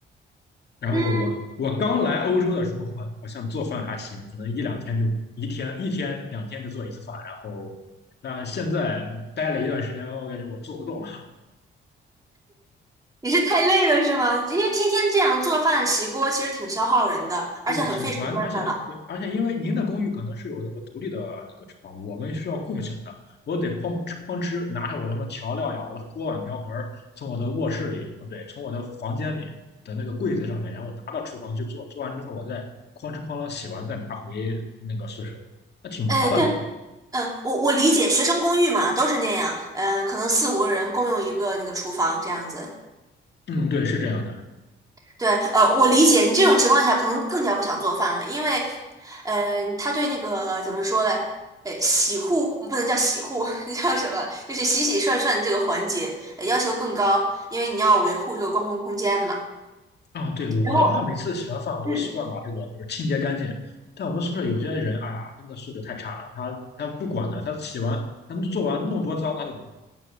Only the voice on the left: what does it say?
然后我我刚来欧洲的时候，
好好像做饭还行，可能一两天就一天一天两天就做一次饭，然后但现在待了一段时间，我感觉我做不动了，
对，挺烦的，而且对，而且因为您的公寓可能是有那个独立的那个厨房，我们需要共享的。我得哐哧哐哧拿着我的什么调料呀，我的锅碗瓢盆儿，从我的卧室里，不对，从我的房间里的那个柜子上面，然后拿到厨房去做，做完之后我再哐哧哐啷洗完再拿回那个宿舍，那挺麻烦的。
嗯，对，是这样的。
啊，对，
我的话，每次洗完饭我都习惯把这个就是清洁干净。
但我们宿舍有些人啊，真的素质太差了，他他不管的，他洗完他做完那么多脏，他都不管